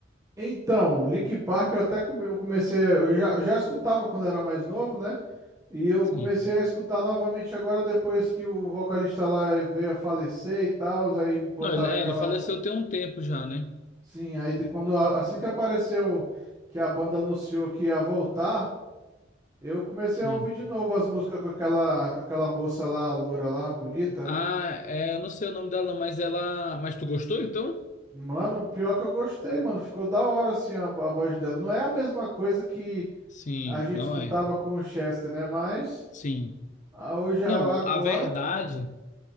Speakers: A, on the right; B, on the left.
A: Então, Linkin Park eu até come- eu comecei, eu já, eu já escutava quando era mais novo, né? E eu
B: Sim.
A: comecei a escutar novamente agora depois que o vocalista lá veio a falecer e tal, aí botaram
B: Não, ele, é,
A: aquela,
B: ele faleceu tem um tempo já, né?
A: sim, aí de quando a- assim que apareceu que a banda anunciou que ia voltar, eu comecei
B: Hum.
A: a ouvir de novo as músicas com aquela com aquela moça lá, a loura lá, bonita.
B: Ah, é, eu não sei o nome dela, mas ela. Mas tu gostou então?
A: Mano, pior que eu gostei, mano, ficou da hora assim a a voz dela. Não é a mesma coisa que
B: Sim,
A: a gente
B: não
A: escutava
B: é?
A: com o Chester, né? Mas
B: Sim.
A: Ah, hoje
B: Não,
A: a- agora,
B: a verdade,